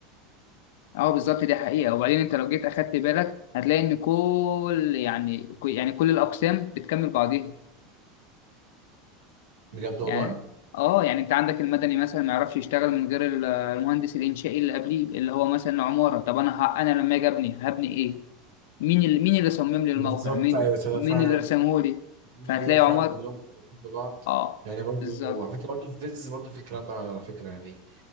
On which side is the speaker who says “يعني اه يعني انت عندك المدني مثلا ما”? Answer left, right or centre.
Left